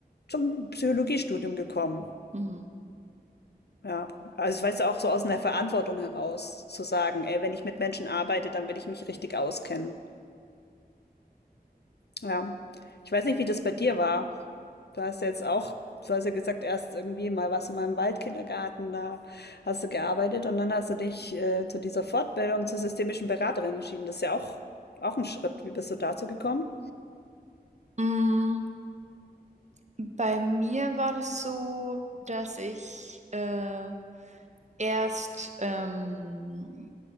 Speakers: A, on the left; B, on the right.
A: zum Psychologiestudium gekommen.
B: Mhm.
A: Ja, also weißt du, auch so aus einer Verantwortung heraus zu sagen, ey, wenn ich mit Menschen arbeite, dann will ich mich richtig auskennen. Ja. Ich weiß nicht, wie das bei dir war. Du hast ja jetzt auch, du hast ja gesagt, erst irgendwie mal warst du mal im Waldkindergarten, da hast du gearbeitet und dann hast du dich äh, zu dieser Fortbildung zur systemischen Beraterin entschieden. Das ist ja auch, auch ein Schritt. Wie bist du dazu gekommen?
B: Mm, Bei mir war das so, dass ich äh, erst, ähm,